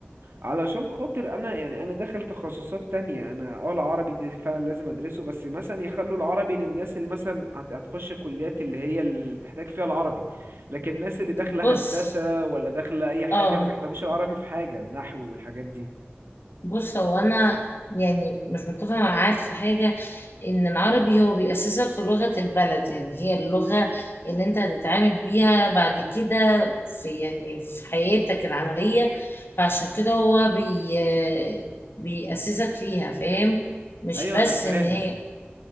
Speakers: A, on the right; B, on the left.
A: علشان خاطر انا يعني انا داخل تخصصات تانية انا اه العربي دي فعلا لازم ادرسه بس مثلا يخلوا العربي للناس اللي مثلا هت... هتخش كليات اللي هي اللي تحتاج فيها العربي لكن الناس اللي داخلة
B: بص
A: هندسة ولا داخلة اي حاجة
B: اه
A: ما بيحتاجوش العربي في حاجة النحو والحاجات دي
B: بص هو انا يعني مش متفقه معاك في حاجه ان العربي هو بيأسسك في لغه البلد يعني هي اللغه اللي انت هتتعامل بيها بعد كده في يعني في حياتك العمليه فعشان كده هو بي بيأسسك فيها فاهم مش
A: ايوه
B: بس
A: انا فاهم
B: ان هي